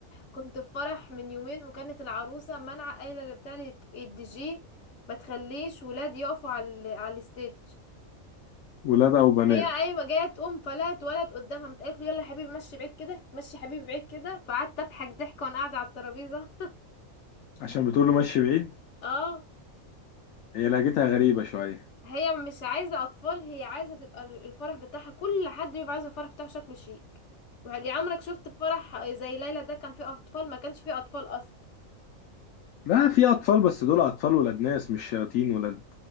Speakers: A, on the left (about 60°); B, on the left (about 75°).
A: كنت في فرح من يومين وكانت العروسه منع قايله بتاع الدي جي ما تخليش ولاد يقفوا على ال- على الستيج
B: ولاد أو بنات
A: هي قايمه جايه تقوم فلا اتولد قدامها متقالت له يلا يا حبيبي مشي بعيد كده مشي يا حبيبي بعيد كده فقعدت اضحك ضحك وانا قاعده على الترابيزه
B: عشان بتقول له مشي بعيد
A: اه
B: هي لهجتها غريبة شوية
A: هي مش عايزة أطفال هي عايزة تبقى ال- الفرح بتاعها كل حد بيبقى عايز الفرح بتاعه شكله شيك وهل عمرك شفت فرح زي ليلى ده كان فيه أطفال ما كانش فيه أطفال أصلا
B: لا في أطفال بس دول أطفال ولاد ناس مش شياطين ولاد